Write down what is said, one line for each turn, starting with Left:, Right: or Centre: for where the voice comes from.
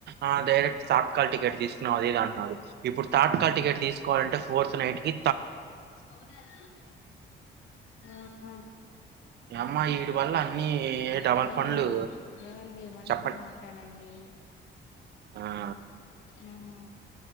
Right: ఆ డైరెక్ట్ సాక్ కాల్ టికెట్ తీసుకున్నా అది ఇది అంటున్నారు. ఇప్పుడు థర్డ్ కాల్ టికెట్ తీసుకోవాలంటే ఫోర్త్ నైట్ కి
Left: సోల్జర్ నాకైతే హు హు
Right: నీయమ్మ వీడ్ వల్ల అన్ని డబల్
Left: ఏవండి
Right: పనులు
Left: ఏవండి మంచిగా
Right: చెప్పండి
Left: మాట్లాడండి
Right: ఆఆ
Left: మ్మ్